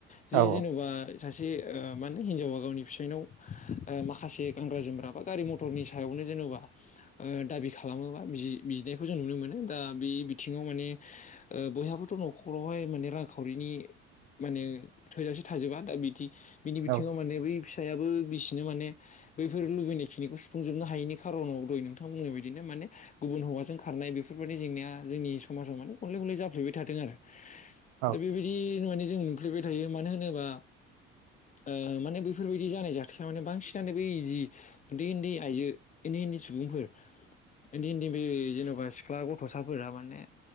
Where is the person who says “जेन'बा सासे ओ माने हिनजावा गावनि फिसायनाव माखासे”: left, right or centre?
Left